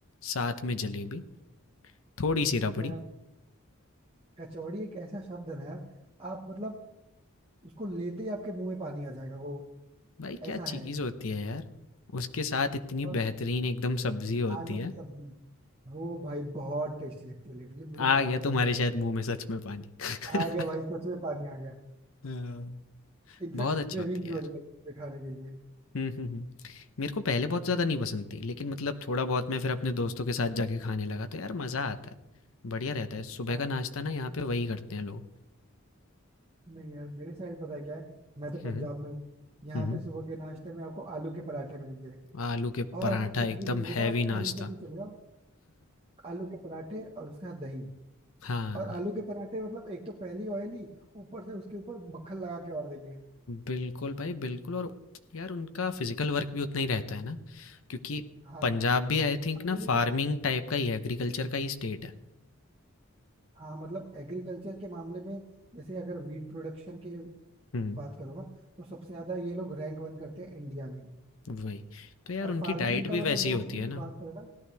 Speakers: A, on the left; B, on the right.
A: साथ में जलेबी थोड़ी सी रबड़ी
B: पता है कचौड़ी एक ऐसा शब्द है ना यार आप मतलब उसको लेते ही आपके मुंह में पानी आ जाएगा वो
A: भाई
B: ऐसा
A: क्या चीज़
B: है
A: होती है यार उसके साथ इतनी
B: और
A: बेहतरीन एकदम सब्जी होती
B: आलू
A: है
B: की सब्जी वो भाई बहुत टेस्टी लगती है लिटरली मुझे
A: आ
B: बहुत
A: गया
B: पसंद
A: तुम्हारे
B: है
A: शायद मुंह में सच में पानी <laughs>
B: आ गया भाई सच में पानी आ गया
A: हाँ।
B: इनफैक्ट
A: बहुत अच्छी
B: क्रेविंग
A: होती
B: भी
A: है
B: होने
A: यार
B: लगी उसके खाने के लिए
A: हम्म हम्म हम्म। मेरे को पहले बहुत ज़्यादा नहीं पसंद थी लेकिन मतलब थोड़ा बहुत मैं फिर अपने दोस्तों के साथ जाके खाने लगा तो यार मज़ा आता है बढ़िया रहता है सुबह
B: हाँ
A: का नाश्ता ना यहाँ पे वही करते हैं लोग
B: नहीं यार मेरे साइड पता है क्या है मैं तो
A: हम्म
B: पंजाब में हूँ यहाँ
A: हम्म
B: पे सुबह के नाश्ते में आपको आलू के पराठे मिलेंगे
A: आलू के
B: और
A: पराठा
B: आपको कुछ
A: एकदम
B: भी नहीं मिलेगा
A: हैवी
B: आप कहीं
A: नाश्ता।
B: पे भी चले जाओ आलू के पराठे और उसके साथ दही
A: हाँ,
B: और आलू के पराठे मतलब एक तो पहली ऑयली ऊपर से उसके ऊपर मक्खन लगा के और देंगे
A: बिल्कुल भाई बिल्कुल और यार उनका फ़िज़िकल वर्क भी उतना ही रहता है ना, क्योंकि
B: हाँ
A: पंजाब भी आई थिंक
B: अभी
A: ना
B: लेकिन
A: फ़ार्मिंग टाइप का ही है, एग्रीकल्चर का ही स्टेट है।
B: हाँ मतलब एग्रीकल्चर के मामले में जैसे अगर वीट प्रोडक्शन की
A: हुँ,
B: बात करो ना तो सबसे ज्यादा ये लोग रैंक वन करते हैं इंडिया में
A: वही। तो यार
B: और
A: उनकी
B: फार्म
A: डाइट
B: इनका
A: भी
B: मतलब
A: वैसी
B: मोस्टली
A: ही होती है ना।
B: बात करें ना